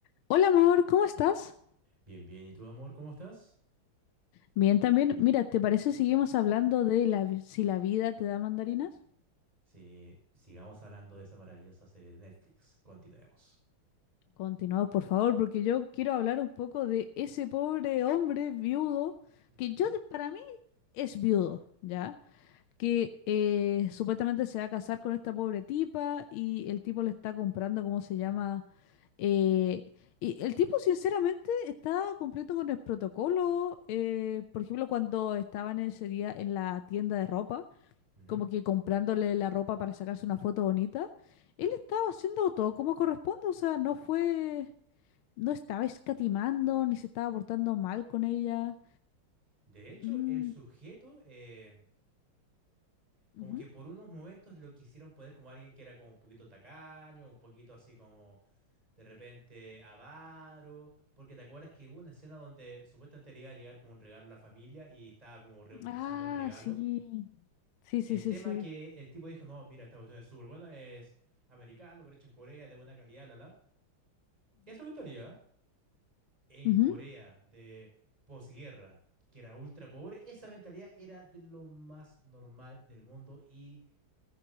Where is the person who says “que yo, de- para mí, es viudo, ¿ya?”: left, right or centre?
Left